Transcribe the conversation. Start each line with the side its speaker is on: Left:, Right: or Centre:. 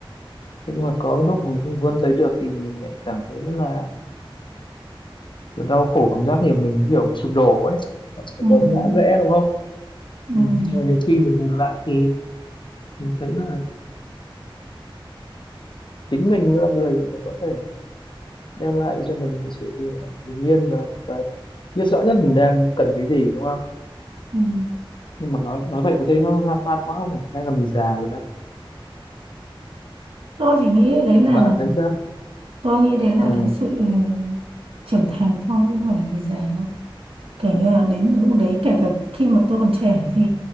Left: thế nhưng mà có cái lúc mình không vươn tới được thì mình lại cảm thấy rất là kiểu đau khổ cảm giác như mình hiểu mình sụp đổ ấy Nó sẽ
Right: ừm,
Left: có ngã rẽ đúng không
Right: ừm,
Left: ừ. nhưng mà nhiều khi mình nhìn lại thì mình thấy là chính mình là người mà có thể đem lại cho mình cái sự ờ, bình yên và và biết rõ nhất mình đang cần cái gì đúng không
Right: ừm.
Left: nhưng mà nói nói vậy có thấy nó lan man quá không nhỉ? hay là mình già rồi đó
Right: tôi chỉ nghĩ đấy là
Left: bạn thấy sao
Right: tôi nghĩ đấy là
Left: ừ
Right: cái sự ừ, trưởng thành thôi chứ không phải là vì già đâu kể như là đến một lúc đấy kể cả khi mà tôi còn trẻ thì